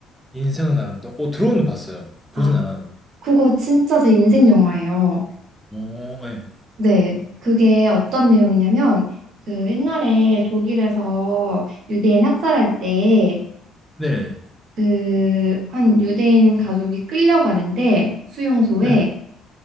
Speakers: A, in the centre; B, on the right.
A: 인생은 아름다. 어, 드론은 봤어요.
B: 아,
A: 보진 않았는데.
B: 그거 진짜 제 인생 영화예요.
A: 어, 네.
B: 네. 그게 어떤 내용이냐면, 그 옛날에 독일에서 유대인 학살할 때,
A: 네네.
B: 그, 한 유대인 가족이 끌려가는데, 수용소에,
A: 네네.